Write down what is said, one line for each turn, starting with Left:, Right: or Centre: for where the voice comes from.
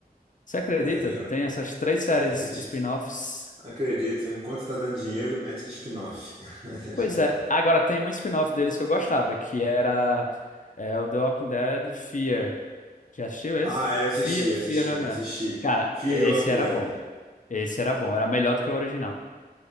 Left: Você acredita?
Right: aí, ó.
Left: Tem essas três
Right: <laughs>
Left: séries
Right: Acredito.
Left: spin-offs.
Right: Acredito. Enquanto tá dando dinheiro, mete de spin-off. <laughs>
Left: Pois é. Agora tem um spin-off deles que eu gostava, que era é, o The Walking Dead Fear. Já assistiu esse?
Right: Ah, é, eu assisti,
Left: Fear,
Right: assisti,
Left: Fear the Walking
Right: assisti.
Left: Dead. Cara,
Right: Fear
Left: esse
Right: the Walking
Left: era
Right: Dead.
Left: bom. Esse era bom. Era melhor do que o original.